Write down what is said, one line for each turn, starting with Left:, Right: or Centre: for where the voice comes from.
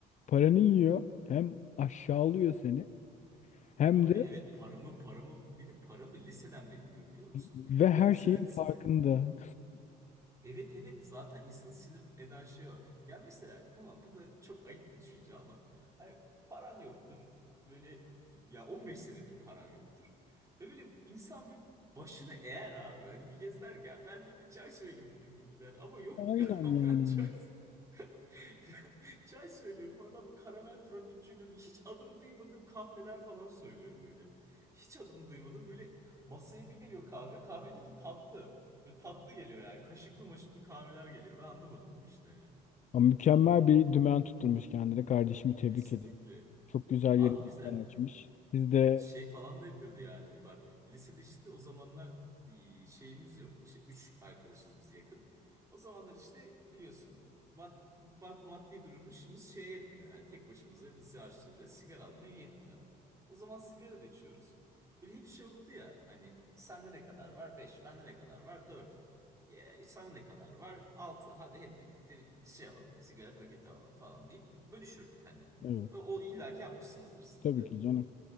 Left: paranı yiyor hem aşağılıyor seni hem
Right: Abi
Left: de
Right: evet paramı paramı bir de paramı liseden beri yiyor biliyor musun?
Left: ve her
Right: Hani mesela
Left: şeyin
Right: lisede
Left: farkında.
Right: Evet evet zaten insanı sinir eden şey o. Ya mesela tamam bu da çok ayıp bir düşünce ama hayır, paran yoktur. Böyle ya 15 senedir paran yoktur. Ve böyle insan bir başını eğer abi hani bir kez der ki "Ya ben de bir çay söyleyeyim bunun gibi der. Ama yok
Left: Aynen
Right: ya <laughs>
Left: yani.
Right: ben çay <laughs> çay söylüyorum adam karamel frappuccino bir hiç adını duymadığım kahveler falan söylüyor böyle. Hiç adını duymadım böyle masaya bir geliyor kahve kahve değil ki tatlı. Ve tatlı geliyor yani. Kaşıklı maşıklı kahveler geliyor. Ben anlamadım bu işten ya.
Left: Ama mükemmel bir dümen tutturmuş kendine. Kardeşimi tebrik
Right: Kesinlikle.
Left: ederim. Çok güzel
Right: Abi
Left: yere dükkan
Right: bize
Left: açmış. Siz de
Right: Şey falan da yapıyordu yani. Bak lisede işte o zamanlar e, şeyimiz yok. İşte üç arkadaşız biz yakın. O zamanlar işte biliyorsun mad bak maddi durumumuz şey yetmiyor. Yani tek başımıza lise harçlığıyla sigara almaya yetmiyor. O zaman sigara da içiyoruz. Böyle hep şey olurdu ya hani sende ne kadar var? beş Bende ne kadar var? dört E, sana ne kadar var? altı Hadi hep birlikte bir şey alalım. Sigara paketi alalım falan deyip bölüşürdük hani.
Left: evet
Right: O, o illaki yapmışsınızdır siz
Left: tabii
Right: de.
Left: ki canım.